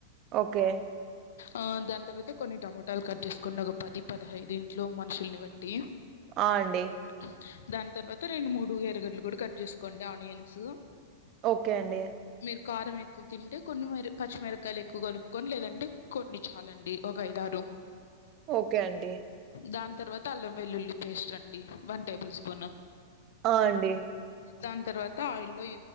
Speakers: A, on the right; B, on the left.
A: ఓకే
B: ఆ దాని తర్వాత కొన్ని టమోటాలు కట్ చేసుకోంని ఒక పది పదహైదు ఇంట్లో మనుషుల్ని బట్టి
A: ఆ! అండి.
B: టీ దాని తర్వాత రెండు మూడు ఎరగడ్లు కూడా కట్ చేసుకోండి ఆనియన్స్
A: ఓకే అండి
B: మీరు కారం ఎక్కువ తింటే కొన్ని మిర పచ్చిమిరకాయలు ఎక్కువ కలుపుకొని లేదంటే కొన్ని చాలండి ఒక ఐదారు
A: ఓకే అండి
B: దాని తర్వాత అల్లం వెల్లుల్లి పేస్ట్ అండి వన్ టేబుల్ స్పూను
A: ఆ అండి
B: దాని తర్వాత ఆయిల్లో